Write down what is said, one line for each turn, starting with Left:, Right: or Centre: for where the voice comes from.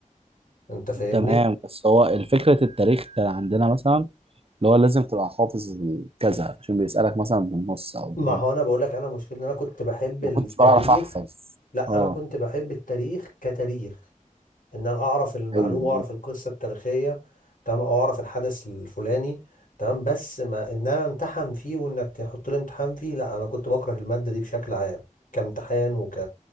Left: انت فاهمني
Right: تمام بس هو الفكرة التاريخ كان عندنا مثلا اللي هو لازم تبقى حافظ كذا عشان بيسألك مثلا بالنص أو
Left: ما
Right: بكذا
Left: هو انا بقول لك انا مشكلتي ان انا كنت بحب التاريخ
Right: ما كنتش بعرف أحفظ
Left: لا
Right: اه
Left: انا كنت بحب التاريخ كتاريخ ان انا اعرف المعلومه
Right: أيوه أيوه.
Left: واعرف القصه التاريخيه تمام او اعرف الحدث الفلاني تمام بس ما ان انا امتحن فيه وانك تحط لي امتحان فيه لا انا كنت بكره الماده دي بشكل عام كامتحان وك